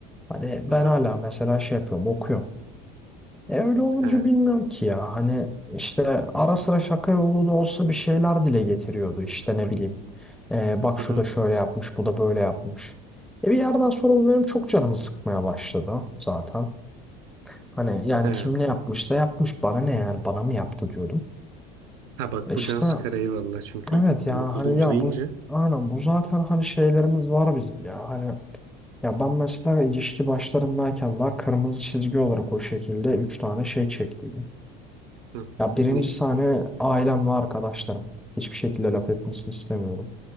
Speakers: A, in the centre; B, on the right.
A: Hani
B: Hı hı.
A: ben hala mesela şey yapıyorum okuyorum. E öyle olunca
B: Ha,
A: bilmiyorum ki ya hani işte ara sıra şaka yolu da olsa bir şeyler dile getiriyordu işte ne bileyim. E, bak
B: hı
A: şu
B: hı.
A: da şöyle yapmış bu da böyle yapmış. E bir yerden sonra bu benim çok canımı sıkmaya başladı zaten. Hani yani
B: Ha.
A: kim ne yapmışsa yapmış bana ne yani bana mı yaptı diyordum.
B: Ha bak
A: E işte
B: bu can sıkar eyvallah çünkü
A: evet
B: okul
A: ya
B: okulda
A: hani
B: uzayınca.
A: ya bu aynen bu zaten hani şeylerimiz var bizim ya hani ya ben mesela ilişki başlarındayken daha kırmızı çizgi olarak o şekilde üç tane şey çektiydim.
B: Hı.
A: Ya birincisi
B: Ne?
A: hani ailem ve arkadaşlarım. Hiçbir şekilde laf etmesini istemiyorum.